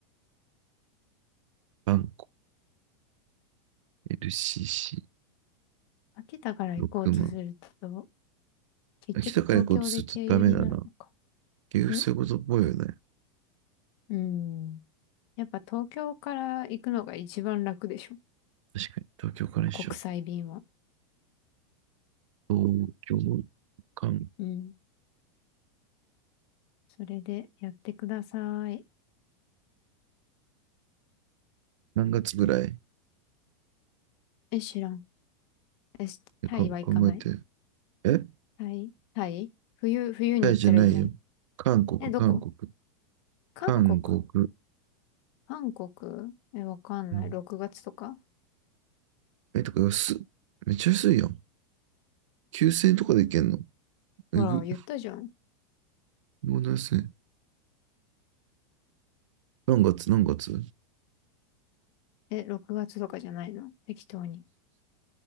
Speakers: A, on the right; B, on the left.
A: バンコ、LCC、
B: 秋田から行こうとすると、
A: 6万。
B: 結局東京で経由になるのか。
A: 秋たから行こうとするとダメだな。結局そういうことっぽいよね。
B: んうん。やっぱ東京から行くのが一番楽でしょ。
A: 確かに、東京から一緒。
B: 国際便は。
A: 東京かん
B: うん。それでやってください。
A: 何月ぐらい
B: え、知らん。え、しタイは行かない。
A: えか考えて。え
B: タイタイ冬、冬に行ったらいいじゃん。
A: タイじゃないよ。韓国、
B: え、どこ
A: 韓国、
B: 韓国
A: 韓国。
B: 韓国え、わかんない。
A: うん、
B: 6月とか
A: え、とか安っ。めっちゃ安いやん。9000円とかで行けんの
B: ほら、
A: えぐ、
B: 言ったじゃん。
A: もう何すね何月、何月
B: え、6月とかじゃないの適当に。